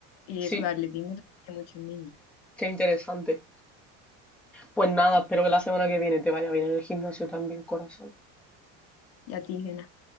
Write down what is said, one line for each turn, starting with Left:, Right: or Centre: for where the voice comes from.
Left: Y
Centre: Sí,
Left: eso de atletismo también hay muchos niños.
Centre: qué interesante. Pues nada, espero que la semana que viene te vaya bien en el gimnasio también, corazón.
Left: Y a ti, Gena.